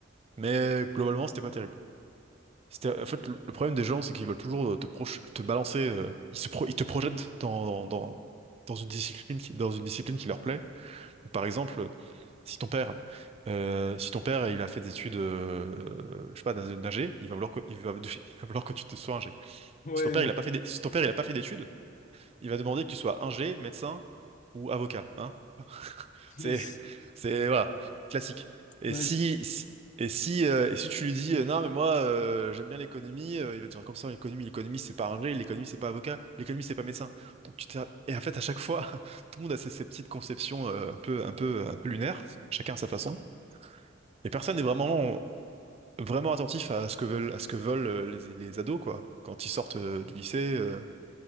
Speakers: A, on the right (about 30°); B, on the left (about 40°).
A: mais globalement, c'était pas terrible. C'était- En fait, le le problème des gens, c'est qu'ils veulent toujours euh, te, proche- te balancer. euh, ils, se pro- ils te projettent dans, dans, dans, dans une discipline qui, dans une discipline qui leur plaît. Donc, par exemple, si ton père, euh, si ton père il a fait des études, euh, je sais pas, d'un- d'ingé, il va vouloir que, il va, <laughs> il va vouloir que tu te sois ingé.
B: ouais,
A: Si ton père il a pas fait, des- si ton père il a pas fait d'études, il va demander que tu sois ingé, médecin ou avocat. hein. C'est,
B: <laughs> les...
A: c'est, voilà, classique. Et
B: bah,
A: si,
B: c'est-
A: si- et si, euh, et si tu lui dis, euh, non, mais moi, euh, j'aime bien l'économie, euh, il va te dire comme ça, l'économie, l'économie, c'est pas ingé, l'économie, c'est pas avocat, l'économie, c'est pas médecin. Donc, tu t'es- et en fait, à chaque fois, <laughs> tout le monde a ses, ses petites conceptions, euh, un peu, un peu, un peu lunaires, chacun à sa façon. Et personne n'est vraiment, vraiment attentif à ce que veulent, à ce que veulent euh, les, les ados, quoi, quand ils sortent, euh, du lycée, euh,